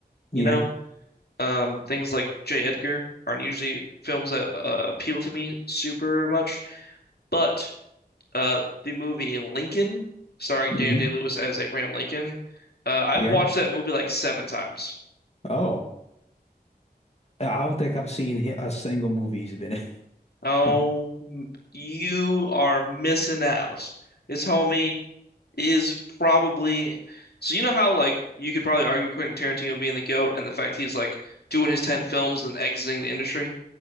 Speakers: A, on the left; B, on the left.
A: yeah,
B: you know? Um, things like J. Edgar aren't usually films that uh, appeal to me super much, but uh, the movie Lincoln, starring
A: hmm
B: Dan Day-Lewis as Abraham Lincoln, uh, I've
A: yeah.
B: watched that movie like seven times.
A: Oh, I don't think I've seen hi- a single movie he's been
B: Oh,
A: in. <laughs>
B: m- you are missing out. This homie is probably. So you know how like you could probably argue Quentin Tarantino being the GOAT and the fact he's like doing his 10 films and exiting the industry?